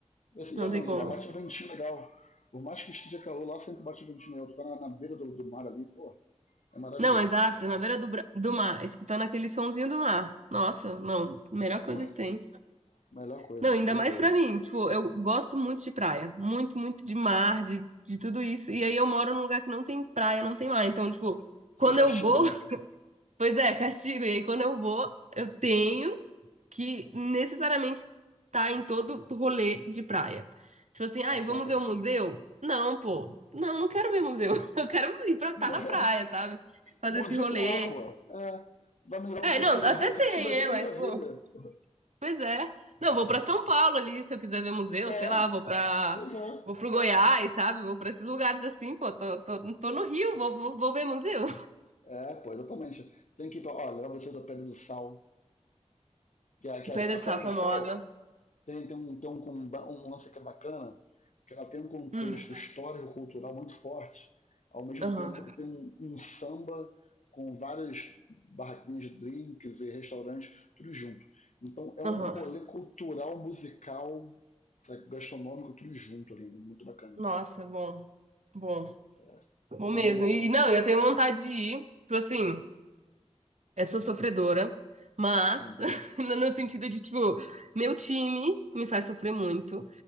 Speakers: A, on the left; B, on the right.
A: Esse,
B: Não
A: ia não,
B: tem como.
A: ia lá, bate um ventinho legal. Por mais que esteja calor, lá sempre bate um ventinho legal. Tu tá na, na beira do, do, mar ali, porra, é maravilhoso.
B: Não, exato, na beira do, bra- do mar, escutando aquele sonzinho do mar. Nossa, não, melhor
A: Porra,
B: coisa que tem.
A: melhor coisa,
B: Não, ainda
A: melhor
B: mais
A: coisa.
B: pra
A: Isso
B: mim. Tipo, eu gosto muito de praia. Muito, muito de mar, de, de tudo isso. E aí eu moro num lugar que não tem praia, não tem mar. Então, tipo, quando
A: é um castigo,
B: eu vou,
A: né?
B: <laughs> pois é, castigo. E aí quando eu vou, eu tenho que necessariamente tá em todo rolê de praia. Tipo assim, ai,
A: Tá certo,
B: vamos ver
A: professor.
B: o museu?
A: <laughs>
B: Não, pô. Não, não quero ver museu. <laughs> Eu quero ir pra estar
A: É.
B: na praia, sabe? Fazer
A: Museu
B: esse rolê.
A: tem lá, porra. É vai melhor
B: É,
A: para você
B: não,
A: se beber.
B: até
A: Se
B: tem,
A: você se beber,
B: né?
A: tem
B: Mas,
A: Brasília.
B: pô,
A: Porra.
B: pois é. Não, vou pra São Paulo ali, se eu quiser ver museu, sei
A: É,
B: lá, vou pra.
A: Pois é.
B: Vou pro Goiás, sabe? Vou pra esses lugares assim, pô. Tô, tô, tô no Rio, vou, vou, vou ver museu.
A: É, pois exatamente. Tem que ir pra, ó, levar vocês pra Pedra do Sal. Que, a- que a,
B: Pedra
A: a
B: de
A: Pedra
B: Sal famosa.
A: do Sal tem, tem, um, tem um, comba- um lance que é bacana, que ela tem um contexto
B: Hum,
A: histórico-cultural muito forte, ao mesmo
B: aham,
A: tempo que tem um, um samba com várias barraquinhas de drinks e restaurantes, tudo junto. Então é um
B: aham.
A: rolê cultural, musical, sabe, gastronômico, tudo junto ali, né? muito bacana.
B: Nossa, bom, bom.
A: É,
B: Vou
A: é bem
B: mesmo.
A: legal.
B: E não, eu tenho vontade de ir. Tipo assim, eu sou sofredora, mas
A: Hum.
B: <laughs> no no sentido de, tipo, meu time me faz sofrer muito.